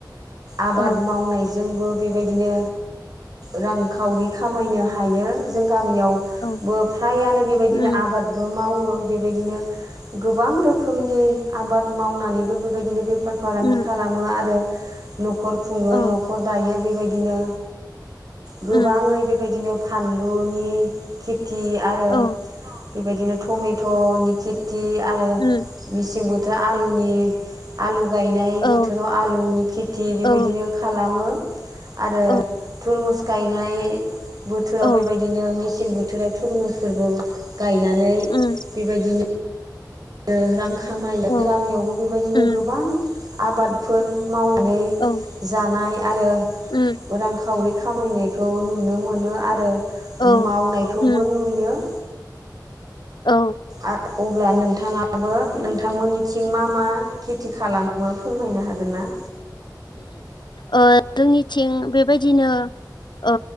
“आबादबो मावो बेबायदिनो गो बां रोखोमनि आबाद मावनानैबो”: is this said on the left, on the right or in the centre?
Right